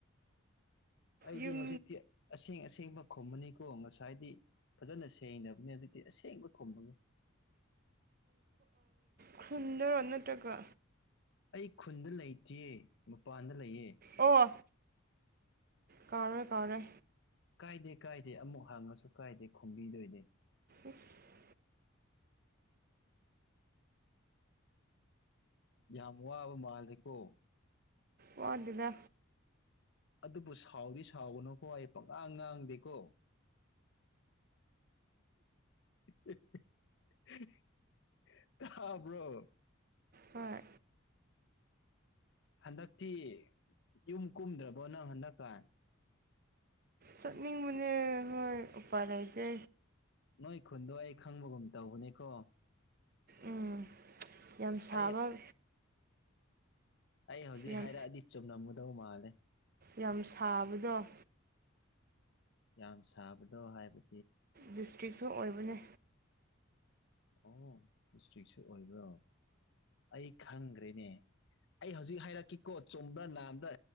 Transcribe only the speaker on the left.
ꯑꯩꯗꯤ
ꯍꯧꯖꯤꯛꯇꯤ ꯑꯁꯦꯡ ꯑꯁꯦꯡꯕ ꯈꯨꯝꯃꯅꯤꯀꯣ ꯉꯁꯥꯏꯗꯤ ꯐꯖꯅ ꯁꯦꯡꯅꯕꯅꯦ ꯍꯧꯖꯤꯛꯇꯤ ꯑꯁꯦꯡꯕ ꯈꯨꯝꯕꯒ
ꯑꯩ ꯈꯨꯟꯗ ꯂꯩꯇꯤꯌꯦ ꯃꯄꯥꯟꯗ ꯂꯩꯌꯦ
ꯀꯥꯏꯗꯦ ꯀꯥꯏꯗꯦ ꯑꯃꯨꯛ ꯍꯥꯡꯉꯁꯨ ꯀꯥꯏꯗꯦ ꯈꯨꯝꯕꯤꯗꯣꯏꯅꯦ
ꯌꯥꯝ ꯋꯥꯕ ꯃꯥꯜꯂꯦꯀꯣ
ꯑꯗꯨꯕꯨ ꯁꯥꯎꯗꯤ ꯁꯥꯎꯒꯅꯨꯀꯣ ꯑꯩ ꯄꯪꯉꯥꯡ ꯉꯥꯡꯗꯦꯀꯣ <unintelligible> ꯇꯥꯕ꯭ꯔꯣ
ꯍꯟꯗꯛꯇꯤ ꯌꯨꯝ ꯀꯨꯝꯗ꯭ꯔꯕꯣ ꯅꯪ ꯍꯟꯗꯛꯀ
ꯅꯣꯏ ꯈꯨꯟꯗꯣ ꯑꯩ ꯈꯪꯕꯒꯨꯝ ꯇꯧꯕꯅꯦꯀꯣ
ꯑꯩ ꯑꯩ ꯍꯧꯖꯤꯛ
ꯍꯥꯏꯔꯛꯑꯗꯤ ꯆꯨꯝꯂꯝꯒꯗꯧꯕ ꯃꯥꯜꯂꯦ
ꯌꯥꯝ ꯁꯥꯕꯗꯣ ꯍꯥꯏꯕꯗꯣ
ꯑꯣ ꯗꯤꯁꯇ꯭ꯔꯤꯛꯁꯨ ꯑꯣꯏꯕ꯭ꯔꯣ ꯑꯩ ꯈꯪꯈ꯭ꯔꯦꯅꯦ ꯑꯩ ꯍꯧꯖꯤꯛ ꯍꯥꯏꯔꯛꯀꯤꯀꯣ ꯆꯨꯝꯕ꯭ꯔꯥ ꯂꯥꯟꯕ꯭ꯔꯥ